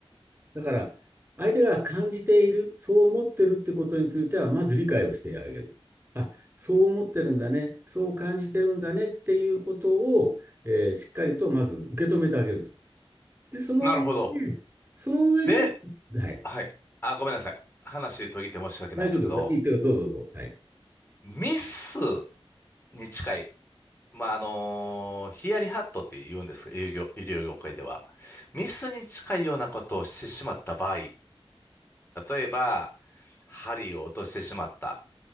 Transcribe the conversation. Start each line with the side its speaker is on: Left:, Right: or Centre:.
Right: だから、相手が感じている、そう思ってるってことについては、まず理解をしてあげる。あ、そう思ってるんだね、そう感じてるんだねっていうことを、えーしっかりとまず受け止めてあげると。で、その上で、
Left: あ。なるほど。
Right: その上で、
Left: で、
Right: はい、
Left: はい。あ、ごめんなさい。話途切って申し訳ないんですけど、
Right: 大丈夫です。いいってか、どうぞどうぞ。はい。はい
Left: ミスに近い。まあ、あのーヒヤリハットって言うんですが医療業、医療業界では。ミスに近いようなことをしてしまった場合、例えば、針を落としてしまった